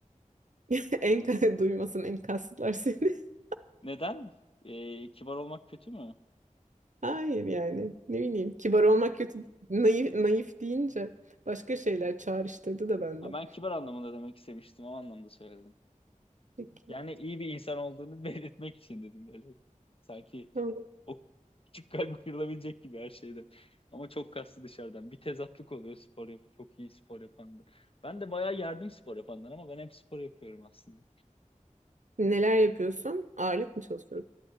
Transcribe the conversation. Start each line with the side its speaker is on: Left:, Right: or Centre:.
Right: <laughs> En duymasın enkazlar seni. <laughs>
Left: Neden? Ee, kibar olmak kötü mü?
Right: Hayır yani. Ne bileyim. Kibar olmak kötü. Naif, naif deyince başka şeyler çağrıştırdı da bende.
Left: Ha, ben kibar anlamında demek istemiştim. O anlamda söyledim.
Right: Peki.
Left: Yani iyi bir insan olduğunu <laughs> belirtmek için dedim böyle. Sanki
Right: Tamam.
Left: o küçük kalbi kırılabilecek gibi her şeyden. Ama çok kaslı dışarıdan. Bir tezatlık oluyor spor yap çok iyi spor yapanda. Ben de bayağı yerdim spor yapanlar ama ben hep spor yapıyorum aslında.
Right: Neler yapıyorsun? Ağırlık mı çalışıyorsun?